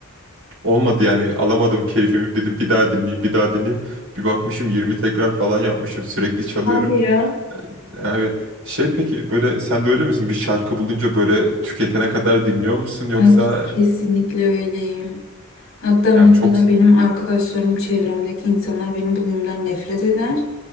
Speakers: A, on the right; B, on the left.
A: olmadı yani alamadım keyfimi dedim bir daha dinleyeyim bir daha dinleyeyim. Bir bakmışım 20 tekrar falan yapmışım sürekli çalıyorum.
B: Hadi ya.
A: E, Evet. Şey peki böyle sen de öyle misin? Bir şarkı bulunca böyle tüketene kadar dinliyor musun yoksa
B: Ay, kesinlikle öyleyim. Hatta
A: Ya
B: mesela
A: çok
B: benim arkadaşlarım, çevremdeki insanlar benim bu huyumdan nefret eder.